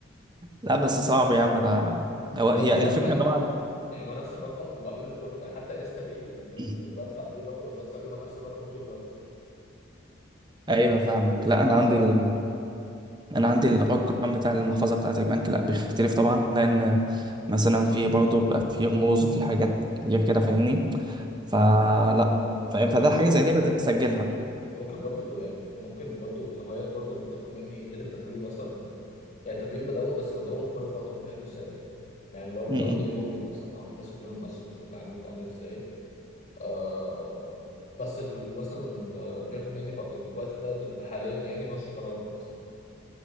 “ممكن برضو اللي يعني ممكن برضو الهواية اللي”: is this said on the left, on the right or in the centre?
Left